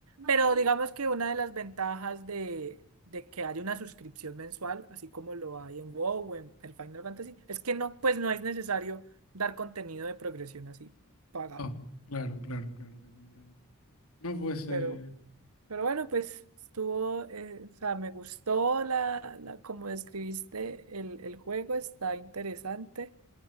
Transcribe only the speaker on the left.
oh, claro, claro, claro, te comprendo. No, pues, eh,